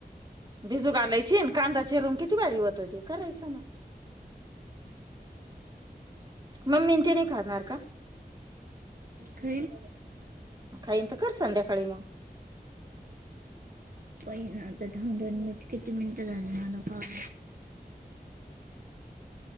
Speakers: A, on the right (about 25°); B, on the right (about 60°).
A: भिजू घालायची आणि कांदा चिरून किती भारी होतं ते करायचं ना. मम्मी न ते नाही खाणार का?
B: खैल
A: खाईन तर कर संध्याकाळी मग
B: पहि ना तर दन दोन मिनट किती मिनिटं झाले मला पाव